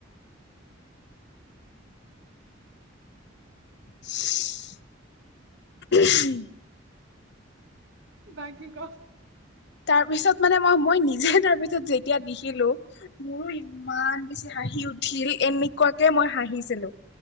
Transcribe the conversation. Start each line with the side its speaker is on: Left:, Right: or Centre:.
Left: <inaudible>
Right: তাকে ক <inaudible>
Left: তাৰ পিছত মানে মই মই নিজে তাৰ পিছত যেতিয়া দেখিলো মোৰো। ইমান বেছি হাঁহি উঠিল এনেকুৱাকে মই হাঁহিছিলো।